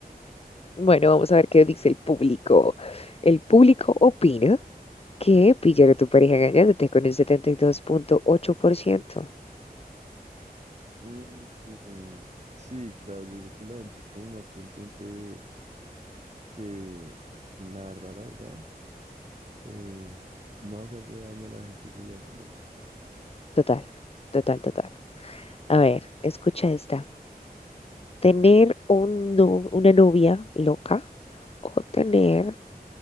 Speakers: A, on the left; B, on the right.
A: Bueno, vamos a ver qué dice el público. El público opina que pillar a tu pareja engañándote con un setenta y dos punto ocho por ciento
B: Mm, sí, claro, yo digo que la gente es como más consciente que la verdad, la verdad, eh, no hacerle daño a la gente sería lo mejor.
A: Total, total, total. A ver, escucha esta. ¿Tener un no- una novia loca o tener